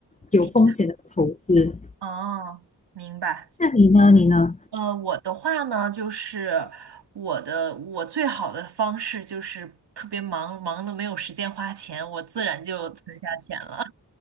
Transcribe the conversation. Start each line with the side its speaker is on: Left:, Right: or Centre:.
Left: 有风险的投资。
Right: 理哦，明白。
Left: 那你呢？你呢？
Right: 呃，我的话呢，就是我的我最好的方式就是特别忙，忙的没有时间花钱，我自然就存下钱了。